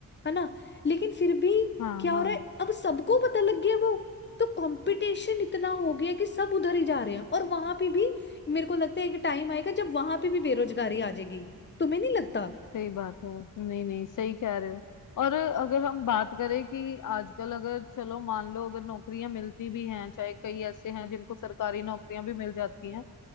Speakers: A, on the left; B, on the left.
A: है ना लेकिन फिर भी
B: हाँ
A: क्या
B: हाँ
A: हो रहा है अब सबको पता लग गया वो तो कंपटीशन इतना हो गया कि सब उधर ही जा रहे हैं और वहां पे भी मेरे को लगता है कि टाइम आएगा जब वहां पे भी बेरोजगारी आ जाएगी तुम्हें नहीं लगता
B: सही बात है नहीं नहीं सही कह रहे हो और अगर हम बात करें कि आजकल अगर चलो मान लो अगर नौकरियां मिलती भी हैं चाहे कई ऐसे हैं जिनको सरकारी नौकरियां भी मिल जाती हैं